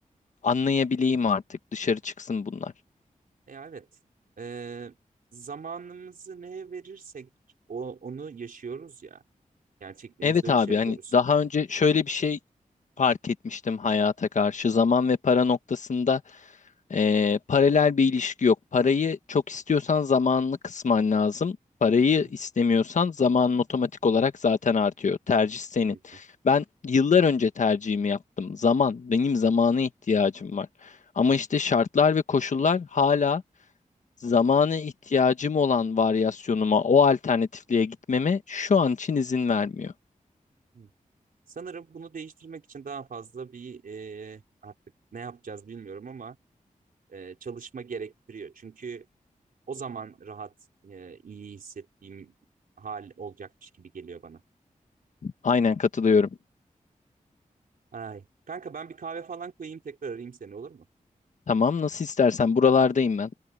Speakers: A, on the left; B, on the right.
A: anlayabileyim artık. Dışarı çıksın bunlar.
B: E, evet. Ee, zamanımızı neye verirsek o, onu yaşıyoruz ya. Gerçekliğimizde
A: Evet
B: öyle
A: abi
B: şey yapıyoruz.
A: hani daha önce şöyle bir şey fark etmiştim hayata karşı. Zaman ve para noktasında e, paralel bir ilişki yok. Parayı çok istiyorsan zamanını kısman lazım. Parayı
B: Hı hı.
A: istemiyorsan zamanın otomatik olarak zaten artıyor. Tercih senin.
B: Kesinlikle.
A: Ben yıllar önce tercihimi yaptım. Zaman, benim zamana ihtiyacım var. Ama
B: Evet.
A: işte şartlar ve koşullar hala zamanı ihtiyacım olan varyasyonuma, o alternatifliğe gitmeme şu an için izin vermiyor.
B: Hı. Sanırım bunu değiştirmek için daha fazla bir e, artık ne yapacağız bilmiyorum ama e, çalışma gerektiriyor. Çünkü o zaman rahat, e, iyi hissettiğim hal olacakmış gibi geliyor bana.
A: Aynen katılıyorum.
B: Ay. Kanka ben bir kahve falan koyayım tekrar arayayım seni olur mu?
A: Tamam, nasıl istersen buralardayım ben.